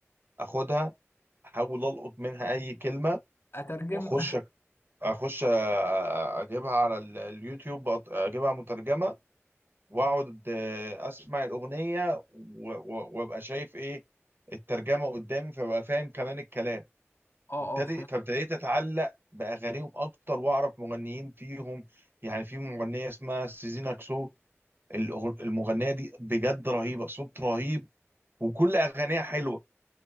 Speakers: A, on the right; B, on the left.
A: اخدها احاول القط منها اي كلمه
B: اترجم
A: واخش اخش آه، اجيبها على ال- اليوتيوب أط- اجيبها مترجمه واقعد آه، اسمع الاغنيه و- و- وابقى شايف ايه الترجمه قدامي فابقى فاهم كمان الكلام
B: <laughs> اه
A: ابتدي
B: اه فهمت
A: فابتديت اتعلق باغانيهم اكتر واعرف مغنيين فيهم يعني في مغنيه اسمها سيزينا كسو الأغ- المغنيه دي بجد رهيبه صوت رهيب وكل اغانيها حلوه